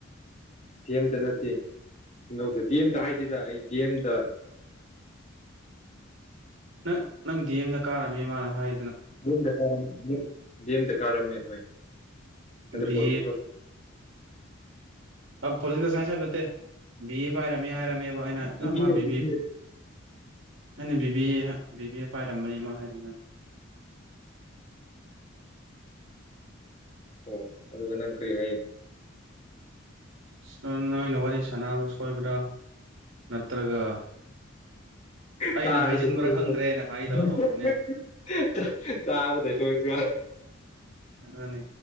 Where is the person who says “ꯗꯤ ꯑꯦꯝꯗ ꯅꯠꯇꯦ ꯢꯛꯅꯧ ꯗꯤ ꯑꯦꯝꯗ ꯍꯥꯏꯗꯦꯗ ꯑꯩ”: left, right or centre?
Left